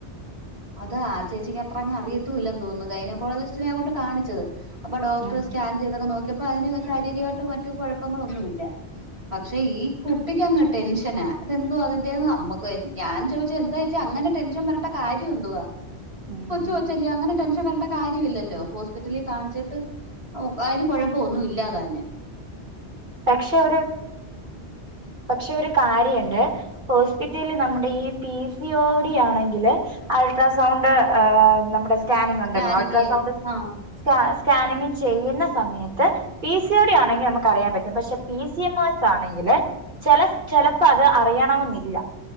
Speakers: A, on the right (about 70°); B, on the right (about 50°).
A: അതാ ചേച്ചിക്ക് അത്ര അങ് അറിയത്തൂ ഇല്ലെന്ന് തോന്നുന്നു ഗൈനക്കോളജിസ്റ്റിനെ കൊണ്ട് കാണിച്ചത് അപ്പ ഡോക്ടർ
B: ഉം.
A: സ്കാൻ ചെയ്തൊക്ക നോക്കി അതിന് ശാരീരികമായിട്ടും മറ്റ കുഴങ്ങള ഒന്നുംല്ല പക്ഷെ ഈ കുട്ടക്ക്ങ് ടെൻഷനതെന്തോ അതി നക്ക് ഞാൻ ചോദിച്ച എന്താ അനെ ടെൻഷൻ വരണ്ട കാര്യമാ ന്തുവാ
B: ഉം.
A: കൊച്ചു കൊച്ചല്ലേ അങ്ങന ടെൻ വേണ്ട കാര്യമ ഇില്ലല്ലോ ഹോസ്പിറ്റലിൽ കാണിച്ചിട്ട് അതിന് കുഴപ്പ ഒന്നും ഇല്ലാതാനും
B: പക്ഷെ ഒരു പക്ഷെ ഒരു കാര്യുണ്ട് ഹോസ്പിറ്റലിൽ നമ്മുടെ ഈ പി സി ഓടി ആണെങ്കില് അൾട്രാസൗണ്ട് നമ്മുടെ സ്കാനിങ്
A: സ്കാനിങ്ങേ
B: ഉണ്ടല്ലോ അൾട്രാസൗണ്ട്
A: ആഹ്
B: സ് സ്കാനിങ് ചെയ്യുന്ന സമയത്ത് പി സിയോടി ആണെങ്കിൽ നമു അറിയൻ പറ്റും പക്ഷെ പി സി എം ആശ് ആണെങ്കിലേ ചെല ചെലപ്പോ അത് അറിയണമെന്നില്ല